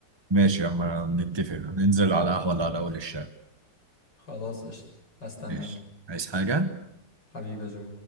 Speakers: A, on the right; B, on the left.
A: ماشي يا عم نتفق ننزل على قهوه ولا على اول الشارع
B: خلاص قشطه هستناك
A: ماشي عايز حاجه
B: حبيبي يا جو